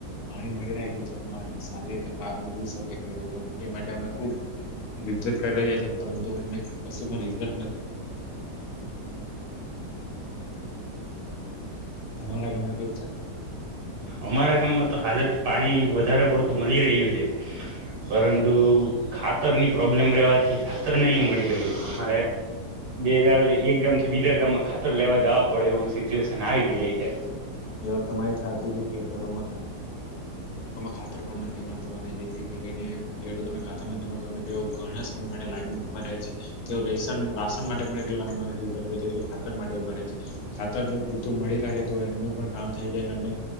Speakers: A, on the left (about 70°); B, on the right (about 80°).
A: પાણી મળી રહે કે સારી રીતે પાક મેળવી શકે ખેડૂતો એ માટે અમે ખુબ જજ્જત કરી રહ્યા છે પરંતુ અમને કશું પણ રિઝલ્ટ નથી મળતું. તમારા ગામમાં કેવું ચાલે છે.
B: અમારા ગામમાં તો હાલે. પાણી વધારે પડતું મળી રહ્યું છે પરંતુ ખાતરની પ્રોબ્લેમ રવાથી ખાતર નહીં મળી રહ્યું છે અમારે બે એક ગામ થી બીજા ગામમાં ખાતર લેવા જવું પડે છે. ખાતર લેવા જવું પડે એવું છે. સિચવેસ આવી ગયેલી છે.
A: એ વાત તમારી સાચી છે ખેતરોમાં ખાતર પણ નથી મળતો અને જેથી કરીને ખેડૂતોને ખાતર નથી મળતો અને તેઓ ઘણા સમય માટે લાઈનમાં ઉભા રહે છે તેઓ રેશન રાશન માટે પણ એટ લાઈનમાં નથી ઉભા જેટલું ખાતર માટે ઉભા રહે છે ખાતર જો પૂરતું મળી રહે તો એમનું પણ કામ થઈ જાય અને